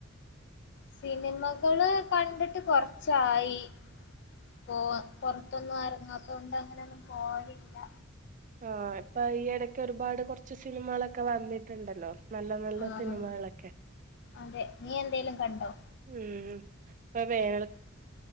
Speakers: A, on the left (about 55°); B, on the right (about 40°).
A: സിനിമകള് കണ്ടിട്ട് കൊറച്ചായി പോ പൊറത്തൊന്നും എറങ്ങാത്തോണ്ട് അങ്ങനെയൊന്നും പോവലില്ല
B: ആ ഇപ്പൊ ഈ ഇടക്ക് ഒരുപാട് കൊറച്ച് സിനിമകളൊക്കെ വന്നിട്ടുണ്ടല്ലോ നല്ല നല്ല
A: ആഹ്
B: സിനിമകളൊക്കെ
A: അതെ നീ എന്തേലും കണ്ടോ
B: ഉം അ വേനൽ